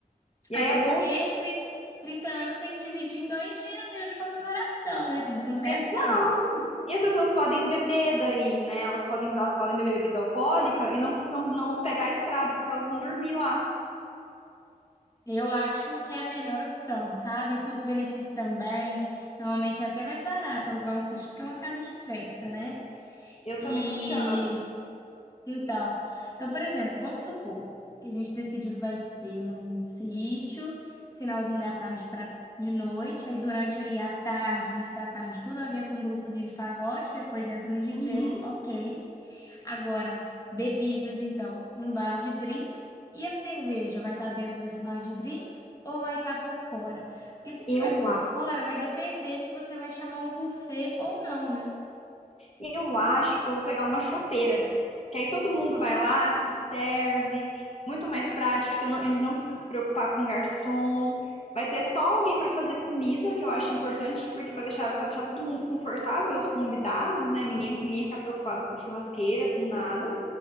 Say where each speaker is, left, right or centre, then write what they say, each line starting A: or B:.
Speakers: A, on the left; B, on the left.
A: E
B: Até
A: aí é bom.
B: porque tri- 30 anos tem que dividir em dois dias mesmo de comemoração, né? Tem que ser um festão.
A: Exato. E as pessoas podem beber daí, né? Elas podem, elas podem beber bebida alcoólica e não, não, não pegar a estrada, porque elas vão dormir lá.
B: Eu acho que é a melhor opção, sabe? O custo-benefício também. Normalmente é até mais barato alugar um sítio, porque é uma casa de festa, né?
A: Eu
B: E
A: também tô achando.
B: Então, então, por exemplo, vamos supor que a gente decidiu que vai ser num sítio, finalzinho da tarde para de noite, aí durante ali a tarde, início da tarde, tudo a ver com um grupozinho de pagode, depois entra um DJ,
A: Uhum.
B: ok. Agora, bebidas, então, um bar de drinks. E a cerveja vai estar dentro desse bar de drinks ou vai estar por fora? Porque se tiver
A: Eu
B: por fora, vai depender se você vai chamar um buffet ou não, né?
A: Eu acho que eu vou pegar uma chopeira, que aí todo mundo vai lá, se serve, muito mais prática, não- a gente não precisa se preocupar com garçom. Vai ter só alguém para fazer comida, que eu acho importante, porque para deixar, para deixar todo mundo confortável, os convidados, né? Ninguém, ninguém ficar preocupado com churrasqueira, com nada.